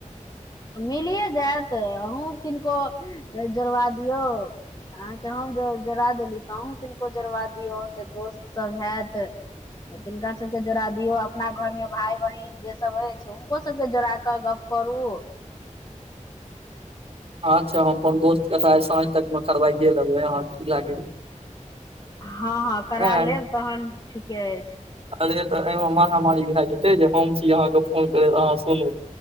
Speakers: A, on the left (about 30°); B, on the right (about 45°).
A: मिलिए जायत अहूँ किनको जोड़वा दियौ अहाँके हम जोड़ा देली तऽ अहूँ किनको जोड़बा दियौ अहाँके दोस्तसभ हेयत तिनका सबके जोड़ा दियौ अपना घर में भाय बहिन जे सब होय छै हुनको सबके जोड़ा क गप करू
B: अच्छा हम अपन दोस्त के त आइ साँझ तक मे करवाए लेबै अहाँ की लागैया
A: हँ हँ करा
B: एहिमे,
A: लेब तहन ठीके अछि
B: अरे तऽ एहिमे मारामारी भए जेतै जे हम छी अहाँके फोन करैत अहाँ सुनू